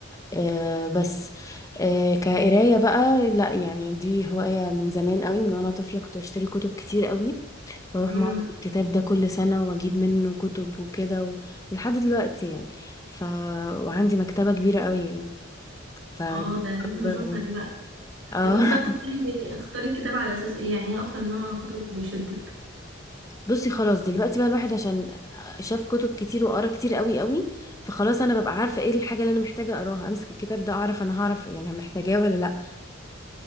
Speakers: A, on the left; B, on the right.
A: آه بس آه كقراية بقى لا يعني دي هواية من زمان قوي من وانا طفلة كنت بشتري كتب كتير قوي واروح
B: امم
A: معرض الكتاب ده كل سنة واجيب منه كتب وكده و- ولحد دلوقتي يعني ف وعندي مكتبة كبيرة قوي يعني ف دي
B: اه ده انا لازم
A: أكبر-
B: اشوفها دي بقى
A: اه
B: طب وانتي بقى بتختاري
A: <laughs>
B: اختاري الكتاب على اساس ايه يعني ايه اكتر نوع كتب بيشدك
A: بصي خلاص دلوقتي بقى الواحد عشان شاف كتب كتير وقرا كتير قوي قوي فخلاص انا ببقى عارفة ايه الحاجة اللي انا محتاجة اقراها امسك الكتاب ده اعرف انا هعرف يعني محتاجاه ولا لا